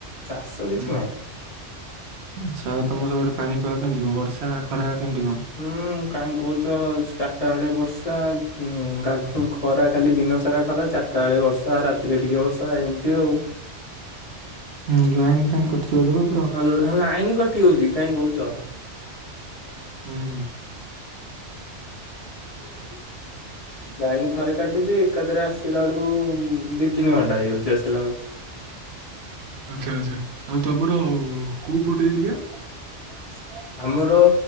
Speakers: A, on the left; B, on the right.
A: ଚାଷ କିଛି
B: ହୁଁ
A: ନାହିଁ।
B: ଆଚ୍ଛା ତମ ସବୁ ଆଡେ ସବୁ ପାଣି ପାଗ କେମତି କଣ ବର୍ଷା ଖରା କେମିତି କଣ?
A: ହୁଁ କାହିଁ କହୁଚ ଚାରିଟା ବେଳେ ବର୍ଷା। <unintelligible> ଖରା କାଲି ଦିନ ସାରା ଖରା ଚାରଟା ବେଳେ ବର୍ଷା ରାତିରେ ଟିକେ ବର୍ଷା ଏମତି ଆଉ।
B: ହୁଁ ଲାଇନ୍ ଫାଇନ୍ କଟିିଯାଉଥିବ।
A: ହଁ ଲାଇନି କଟି ଯାଉଚି କାଇଁ କହୁଚ।
B: ହୁଁ ହୁଁ।
A: ହୁଁ। ଲାଇନି ଥରେ କାଟୁଚି ଏକାଥରେ ଆସିଲା ବେଳକୁ ଦି ତିନି ଘଣ୍ଟା ହେଇଯାଉଚି ଆସିଲା ବେଳକୁ।
B: ଆଚ୍ଛା ଆଚ୍ଛା। ଆଉ ତମର କୋଉ ପଟ ଏରିଆ?
A: <unintelligible> ଆମର ର